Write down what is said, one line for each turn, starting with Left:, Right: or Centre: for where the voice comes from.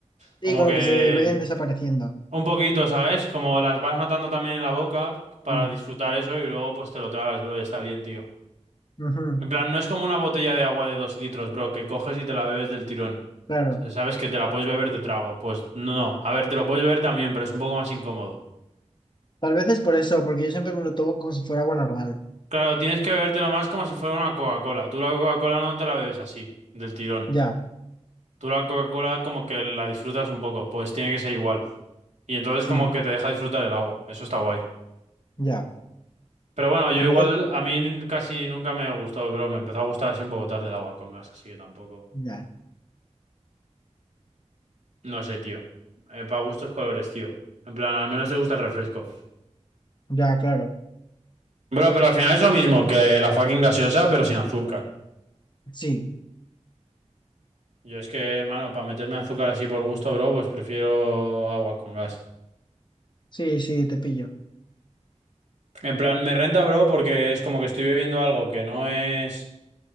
Right: como
Left: Sí, como
Right: que
Left: que se vayan desapareciendo.
Right: un poquito, ¿sabes? Como las vas notando también en la boca para
Left: Sí.
Right: disfrutar eso y luego pues te lo tragas, bro, y está bien, tío.
Left: Ujú,
Right: En plan, no es como una botella de agua de dos litros, bro, que coges y te la bebes del tirón.
Left: Claro.
Right: O sea, Sabes que te la puedes beber de trago. Pues no, no. A ver, te lo puedes beber también, pero es un poco más incómodo.
Left: Tal vez es por eso, porque yo siempre me lo tomo como si fuera agua normal.
Right: Claro, tienes que bebértelo más como si fuera una Coca-Cola. Tú la Coca-Cola no te la bebes así, del tirón.
Left: Ya,
Right: Tú la Coca-Cola como que la disfrutas un poco, pues tiene que ser igual. Y entonces
Left: sí,
Right: como que te deja disfrutar el agua, eso está guay.
Left: ya.
Right: Pero bueno, yo
Left: Tal
Right: igual,
Left: vez es...
Right: a mí casi nunca me gustó, bro, me empezó a gustar así un poco tarde el agua con gas, así que tampoco.
Left: Ya,
Right: No sé, tío. para gustos colores, tío. En plan, al menos te gusta el refresco.
Left: ya, claro.
Right: Bro, pero al final es lo mismo que la fucking gaseosa, pero sin azúcar.
Left: Sí,
Right: Yo es que, mano, para meterme azúcar así por gusto, bro, pues prefiero agua con gas.
Left: sí, sí, te pillo.
Right: En plan, me renta, bro, porque es como que estoy bebiendo algo que no es